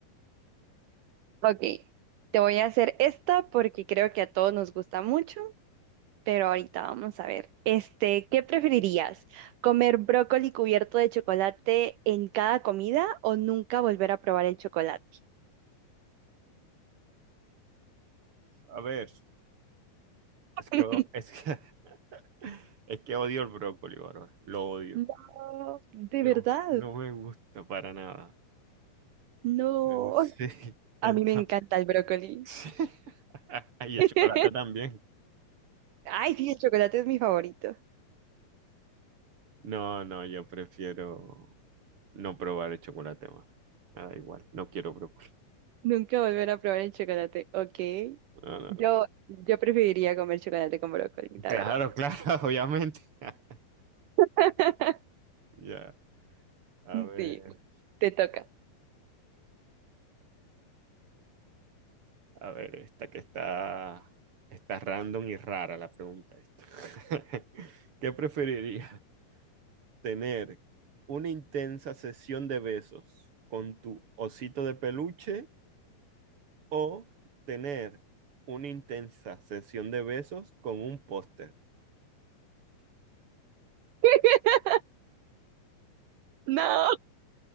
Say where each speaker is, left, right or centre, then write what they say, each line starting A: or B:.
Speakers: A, on the right (about 75°); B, on the right (about 45°).
A: ok, te voy a hacer esta porque creo que a todos nos gusta mucho, pero ahorita vamos a ver. Este, ¿qué preferirías? ¿Comer brócoli cubierto de chocolate en cada comida o nunca volver a probar el chocolate?
B: A ver, es que,
A: <laughs>
B: o- es que, <laughs> es que odio el brócoli, Bárbara. Lo odio.
A: No, de
B: No,
A: verdad,
B: no me gusta para nada.
A: no.
B: No me gusta. Sí. Entonces,
A: A mí me encanta el brócoli.
B: <laughs> y el
A: <laughs>
B: chocolate también.
A: Ay, sí, el chocolate es mi favorito.
B: No, no, yo prefiero no probar el chocolate más. Me da igual. No quiero brócoli.
A: Nunca volver a probar el chocolate, ok.
B: No, no,
A: Yo,
B: no.
A: yo preferiría comer chocolate con brócoli, la
B: Claro,
A: verdad.
B: claro, <laughs> obviamente. <laughs>
A: <laughs>
B: Ya, a
A: Sí,
B: ver,
A: te toca.
B: a ver, esta que está, está random y rara la pregunta esta. <laughs> ¿Qué preferirías? ¿Tener una intensa sesión de besos con tu osito de peluche o tener una intensa sesión de besos con un póster?
A: <laughs> No.